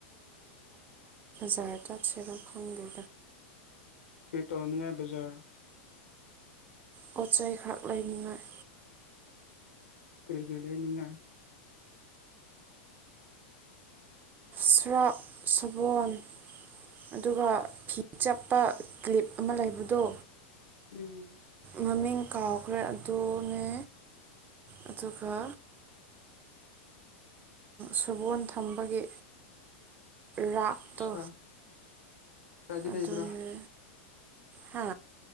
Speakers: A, on the right (about 30°); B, on the left (about 85°).
A: ꯖꯥꯔꯇꯠ ꯁꯦꯔꯛ ꯐꯥꯟꯗꯦꯗꯥ
B: ꯀꯔꯤ ꯇꯧꯅꯤꯉꯥꯏ ꯖꯥꯔ
A: ꯄꯣꯠ ꯆꯩꯩ ꯈꯔꯛ ꯂꯩꯅꯤꯡꯉꯥꯏ
B: ꯀꯔꯒ ꯂꯩꯅꯤꯟꯉꯏ
A: ꯁꯔꯥꯛ ꯁꯕꯣꯟ ꯑꯗꯨꯒ ꯐꯤ ꯆꯞꯄ ꯀ꯭ꯂꯤꯞ ꯑꯃ ꯂꯩꯕꯗꯣ
B: ꯎꯝ
A: ꯃꯃꯤꯡ ꯀꯥꯎꯈ꯭ꯔꯦ ꯑꯗꯨꯅꯦ ꯑꯗꯨꯒ ꯁꯕꯣꯟ ꯊꯝꯕꯒꯤ ꯔꯥꯛ
B: ꯄꯩꯁꯥ
A: ꯇ
B: ꯄꯩꯁꯥꯗꯤ
A: ꯑꯗꯨꯗ
B: ꯂꯩꯕ꯭ꯔꯥ
A: ꯍꯥ